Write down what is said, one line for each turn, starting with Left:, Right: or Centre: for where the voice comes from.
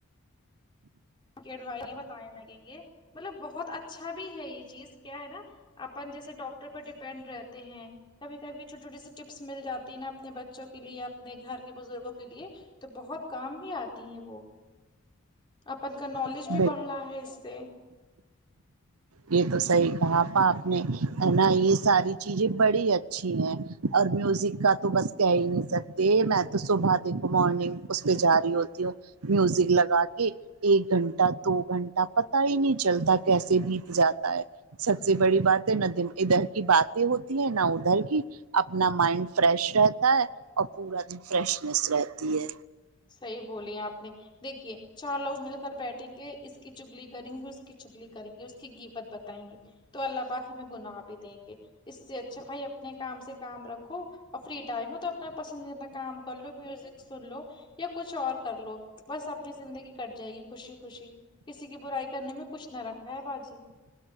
Left: کہ بارے میں بتانے لگیں گے مطلب بہت اچھا بھی ہے یہ چیز کیا ہے نا اپن جیسے ڈاکٹر پر ڈیپینڈ رہتے ہیں کبھی کبھی چھوٹی چھوٹی سی ٹپس مل جاتی ہے نا اپنے بچوں کے لیےیا اپنے گھر کے بزرگوں کے لیے تو بہت کام بھی آتی ہیں وہ اپن کا نالج
Right: ہیں
Left: بھی بڑھ رہا ہے اس سے
Right: یہ تو صحیح کہا آپا آپ نے اور نہ یہ ساری چیزیں بڑی اچھی ہیں اور میوزک کا تو بس کہہ ہی نہیں سکتے میں تو صبح دیکھو مارننگ اس پہ جاری ہوتی ہوں میوزک لگا کے ایک گھنٹہ دو گھنٹہ پتہ ہی نہیں چلتا کیسے بھی جاتا ہے سب سے بڑی بات ہے نہ دن ادھر کی باتیں ہوتی ہے نہ ادھر کی اپنا مائنڈ فریش رہتا ہے اور پورا دن فریشنیس رہتی ہے
Left: صحیح بولی آپ نے دیکھیے چار لوگ مل کر بیٹھیں گے اس کی چگلی کریں گے اس کی چگلی کریں گے اس کی غیبت بتائیں گے تو اللہ پاک ہمیں گناہ بھی دیں گے اس سے اچھا بھائی اپنے کام سے کام رکھو اور فری ٹائم ہو تو اپنا پسندیدہ کام کر لو میوزک سن لو یا کچھ اور کر لو بس اپنی زندگی کٹ جائے گی خوشی خوشی کسی کی برائی کرنے میں کچھ نہ رکھا ہے باجی